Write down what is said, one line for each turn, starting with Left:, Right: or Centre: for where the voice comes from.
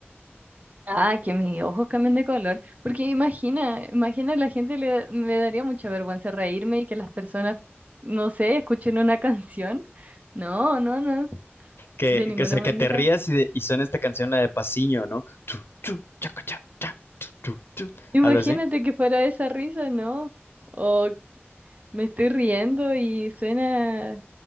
Right: Ah, que mis ojos cambien de color, porque imagina, imagina la gente le, me daría mucha vergüenza reírme y que las personas, no sé, escuchen una <laughs> canción. No, no, no,
Left: Que,
Right: de ninguna
Left: que, o sea,
Right: manera.
Left: que te rías y, de- y suena esta canción, la de Pasiño, ¿no? Tu, tu, chaca, cha, cha, tu, tu, tu.
Right: Imagínate
Left: Algo así.
Right: que fuera esa risa, ¿no? O Me estoy riendo y suena,